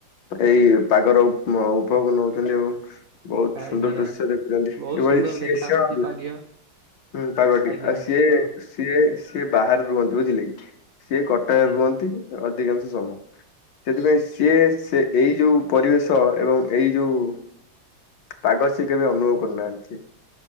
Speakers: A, on the left (about 65°); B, on the right (about 80°).
A: ଏଇ ପାଗର ଉପ ଉପଭୋଗ ନେଉଛନ୍ତି ଏବଂ ବହୁତ୍
B: ଆଜ୍ଞା
A: ସୁନ୍ଦର ଦୃଶ୍ୟ ଦେଖୁଛନ୍ତି
B: ବହୁତ
A: ଏଭଳି
B: ସୁନ୍ଦର
A: ସିଏସିିନ୍ତି
B: ଦେଖା ହଉଛି ପାଗ୍ୟ
A: ହୁଁ ପାଗଟି
B: ଆଜ୍ଞା
A: ଆଉ ସିଏ
B: ତ
A: ସିଏ ସିଏ ବାହାରେ ରୁହନ୍ତି ବୁଝିଲେକି ସିଏ କଟକରେ
B: ଆଜ୍ଞା।
A: ରୁହନ୍ତି ଅଧିକାଂଶ ସମୟ। ସେଥିପାଇଁ ସିଏ ସେ ଏଇ ଯେଉଁ ପରିବେଶ ଏବଂ ଏଇ ଯେଉଁ ପାଗ ସେକେବେ ଅନୁଭବ କରୁନାହାନ୍ତି‌।